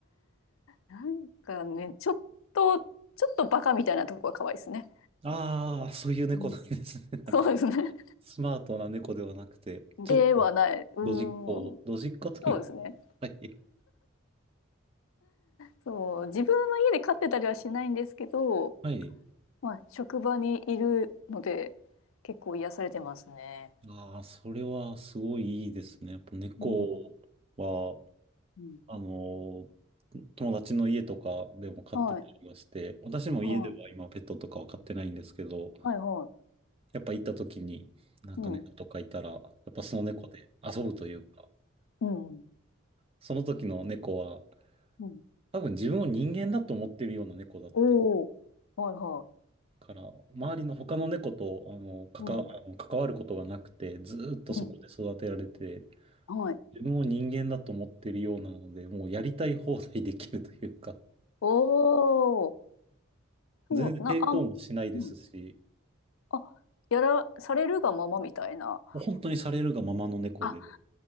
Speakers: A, on the left; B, on the right.
A: なんかね、ちょっと、ちょっとバカみたいなとこが可愛いですね。
B: ああ、そういう猫なんですね。
A: うん
B: なんか
A: そうですね。
B: スマートな猫ではなくて、
A: ではない。
B: ちょっと
A: う
B: ドジっ子、
A: ん。
B: ドジっ子というか、
A: そうですね。
B: はい。
A: そう、自分の家で飼ってたりはしないんですけど、
B: はい。
A: まあ、職場にいるので、結構癒されてますね。
B: ああ、それはすごいいいですね。やっぱ猫は、
A: うん。うん。
B: あの、友達の家とかでも飼ってたりはして、
A: はい。
B: 私も家では今ペットとかは飼ってないんですけど、
A: うはい。んはいはい。
B: やっぱ行った時になんか猫とかいたら、
A: うん
B: やっぱその猫で遊ぶというか、
A: うんうん
B: その時の猫は
A: うん
B: 多分自分を人間だと思ってるような猫だって
A: おおはい、は
B: から、周りの他の猫とあの関わ、
A: い。うん。
B: あの関わることがなくて、ずーっとそこで育てられて、
A: うん。はい。
B: 自分を人間だと思ってるようなので、もうやりたい放題できるというか、
A: おお。そう、
B: 全然抵抗もしないですし、
A: な、あ、うん。あ、やらされるがままみたいな。
B: もう本当にされるがままの猫で、
A: あ、